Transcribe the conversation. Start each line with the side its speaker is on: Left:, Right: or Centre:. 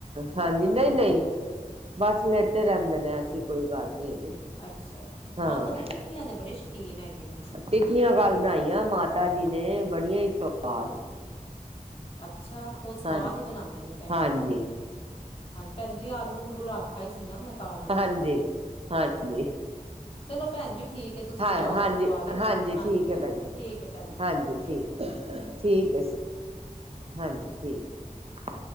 Right: ਹਾਂਜੀ ਨਹੀਂ-ਨਹੀਂ। ਬਸ ਲੇਟੇ ਰਹਿੰਦੇ ਨੇ ਐਸੀ ਕੋਈ ਗੱਲ ਨੀ ਹੈਗੀ।
Left: ਅੱਛਾ-ਅੱਛਾ
Right: ਹਾਂ
Left: ਮਾਤਾ ਜੀ ਟਿੱਕੀਆਂ ਦੇ ਬੜੇ ਸ਼ੌਕੀਨ ਹੈਗੇ ਨੇ।
Right: ਟਿੱਕੀਆਂ ਕੱਲ ਬਣਾਈਆਂ ਮਾਤਾ ਜੀ ਨੇ ਬੜੀਆਂ ਸਵਾਦ
Left: ਅੱਛਾ ਉਹ ਸਵਾਦ
Right: ਹਾਂਜੀ
Left: ਹੀ ਬਣਾਦੇ ਨੇ ਭੈਣ
Right: ਹਾਂਜੀ
Left: ਜੀ। ਹਾਂਜੀ ਭੈਣ ਜੀ ਆਲੂ ਉਲੂ ਰੱਖਾ ਹੀ ਸੀ ਨਾ ਮੈਂ ਘਰ
Right: ਹਾਂਜੀ -ਹਾਂ। ਹਾਂਜੀ
Left: ਚਲੋ ਭੈਣ ਜੀ ਠੀਕ ਹੈ ਤੁਸੀਂ
Right: ਹਾਂ
Left: ਜਾਓ ਗੁਰਦੁਆਰੇ
Right: ਹਾਂਜੀ- ਹਾਂਜੀ ਠੀਕ ਹੈ
Left: ਹਾਂਜੀ
Right: ਭੈਣ ਜੀ
Left: ਠੀਕ ਹੈ ਭੈਣ ਜੀ
Right: ਹਾਂਜੀ ਠੀਕ-
Left: ਹੈ
Right: ਠੀਕ ਹੈ ਹਾਂਜੀ ਠੀਕ